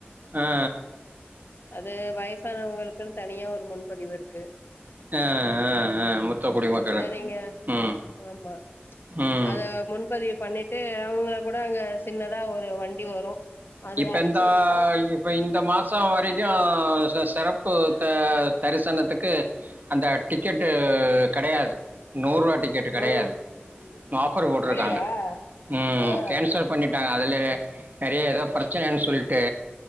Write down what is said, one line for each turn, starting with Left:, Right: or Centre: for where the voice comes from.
Right: ஆ
Left: அது வயசானவங்களுக்குன்னு தனியா ஒரு முன்பதிவு இருக்கு
Right: ஆ ஆ ஆ முத்த குடிமக்களுக்கு
Left: அதான் நீங்க
Right: ம்
Left: ஆமா
Right: ம்
Left: அத முன்பதிவு பண்ணிட்டு அவுங்க இப்பக் கூட அங்க சின்னதா ஒரு வண்டி வரு அதுல
Right: இப்ப
Left: அழைச்சிக்கிட்டு
Right: இந்த
Left: போலா
Right: இப்ப இந்த மாசம் <unintelligible> வரைக்கும் சி சிறப்பு த தரிசனத்துக்கு அந்த டிக்கெட்டு கெடையாது நூறூபா டிக்கெட் கெடையாது
Left: ம்
Right: ஆஃபர் போட்ருக்காங்க
Left: அப்படியா
Right: ம்
Left: ஆ
Right: கேன்சல் பண்ணிட்டாங்க அது எப்டி <unintelligible> நெறைய எதோ பிரச்சனைன்னு சொல்ட்டு